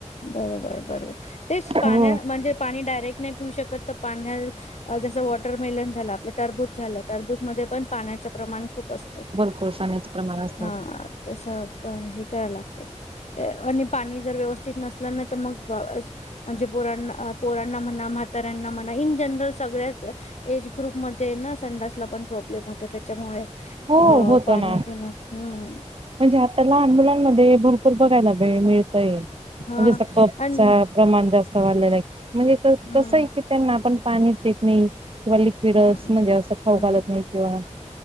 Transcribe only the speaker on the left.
बरोबर बरोबर तेच पाण्या
म्हणजे पाणी डायरेक्ट नाही पिऊ शकत.. तर पाण्यालतं.. जसं वॉटरमेलन झालं आपलं टरबूज झालं टरबूज मध्ये पण पाण्याच प्रमाण खूप असते....
हं तसं हे कराला लागतंय आणि... मी जर व्यवस्थित नसले ना, तं मग म्हणजे पोरांना म्हणा, म्हाताऱ्यांना म्हणा हि... जनरल सगळ्याच एज ग्रुपमधेना.. संडासला पण प्रॉब्लेम होतो त्याच्यामुळे
अ
पाणी
पिणं. हहं..
हा
आणि
हम्म
हा
हम्म.